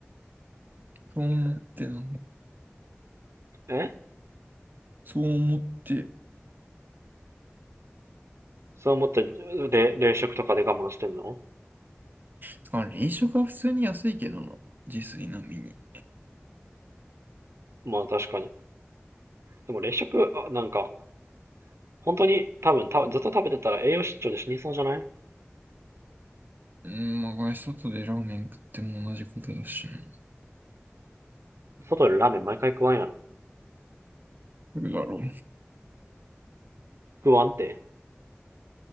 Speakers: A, on the right (about 45°); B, on the right (about 85°).
A: そう思ってな。
B: え
A: そう思って。
B: そう思って、れ、冷食とかで我慢してんの
A: つか、冷食は普通に安いけどな。自炊並みに。
B: まあ確かに。でも冷食、あ、なんか、本当に多分た、ずっと食べてたら栄養失調で死にそうじゃない
A: うん、まあ、これ外でラーメン食っても同じことだしな。
B: 外でラーメン毎回食わんやろ。
A: どうだろう。
B: 食わんって。